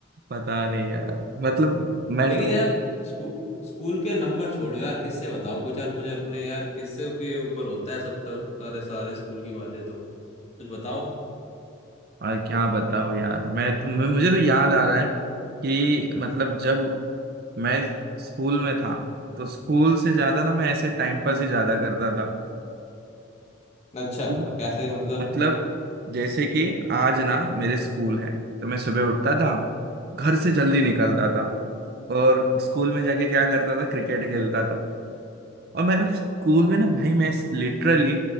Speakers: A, on the right; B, on the left.
A: पता नहीं यार मतलब मैं
B: लेकिन
A: तो
B: यार स्कू, स्कूल के नंबर छोड़ो यार किससे बताओ कुछ यार मुझे अपने यार किससे के ऊपर होता है सब तक सारे सारे स्कूल की बातें तो कुछ बताओ
A: और क्या बताऊँ यार मैं तो मुझे तो याद आ रहा है कि मतलब जब मैं स्कूल में था तो स्कूल से ज्यादा ना मैं ऐसे टाइम पास ही ज्यादा करता
B: अच्छा
A: था
B: कैसे मतलब
A: मतलब जैसे कि आज ना मेरे स्कूल है तो मैं सुबह उठता था घर से जल्दी निकलता था और स्कूल में जाके क्या करता था क्रिकेट खेलता था और मैं मैं स्कूल में ना भाई मैं लिटरली